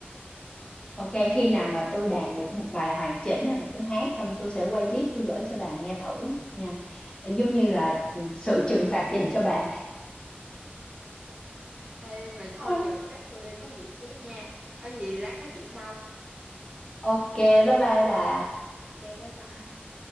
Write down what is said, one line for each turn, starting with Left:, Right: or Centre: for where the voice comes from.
Left: ok khi nào mà tôi đàn được một bài hoàn chỉnh rồi tôi hát xong tôi sẽ quay clip tôi gửi cho bà nghe thử nha giống như là ừ, sự trừng phạt dành cho bà
Right: ê mà thôi
Left: <laughs>
Right: giờ chắc tôi đi có việc xíu nha có gì lát nói chuyện sau
Left: ok bye bye bà
Right: ok bye bye